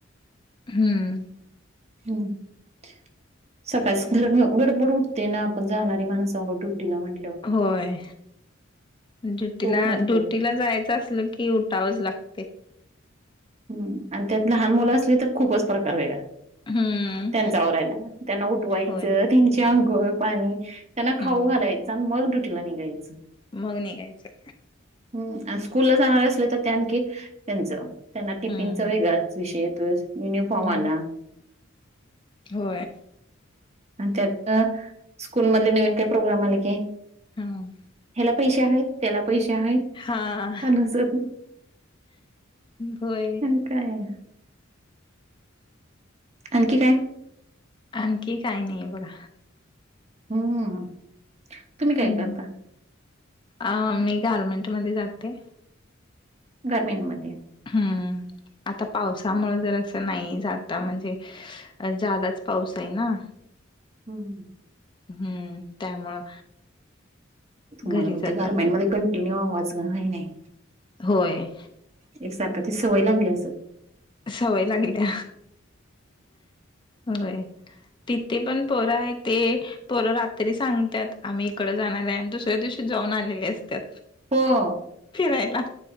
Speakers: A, on the left; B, on the right.
A: हम्म
B: <inaudible> सकाळच घर गडबड उठते ना. आपण जाणारी माणसं आहोत ड्युटीला म्हण
A: होय. ड्युटीला
B: खूप म्हणजे
A: ड्युटीला
B: खूप
A: जायचं असलं की उठावंच लागत.
B: हम्म. त्यात लहान मुलं असली खूपच प्रकार वेगळा.
A: हम्म
B: त्यांचा आवरायला. त्यांना उठवायचं,
A: होय
B: त्यांची आंघोळ पाणी त्यांना
A: हम्म
B: खाऊ घालायचं. आणि मग ड्युटीला निघायचं.
A: मग निघायचं.
B: हम्म. स्कूल ला जाणार असलं तर, त्या आणखी त्यांचं त्यांना टिफिनचाच
A: हम्म
B: वेगळाच विषय येतोय. युनिफॉर्म
A: हम्म
B: आला.
A: होय.
B: त्यात स्कूल मधले नवीन काही प्रोग्राम आले की.
A: हम्म
B: ह्याला पैसे- पैसे आहेत.
A: हा
B: चालूच होतंय
A: होय.
B: आणि काय. आणखी काय?
A: आणखी काही नाही बघा.
B: हम्म. तुम्ही काय
A: हम्म
B: करता
A: अ मी गारमेंट मध्ये जाते.
B: गारमेंट मध्ये.
A: हम आता पावसामुळे नाही जात. आता म्हणजे जादाच पाऊस आहे ना.
B: हम् हम.
A: हम्म त्यामुळं.
B: तुम्हाला
A: घरीच आता
B: गर्म्यांनमध्येध्ये कंटिन्यू आवाजय नाही.
A: होय.
B: एकसारखा ती सवय लागली असं.
A: सवय लागल्या होय. तिथे पण पोरं आहेत. ते पोरं रात्री सांगतात आम्ही इकड जाणार आहे आणि दुसऱ्या दिवशी जाऊन आलेले असतात.
B: हो.
A: फिरायला.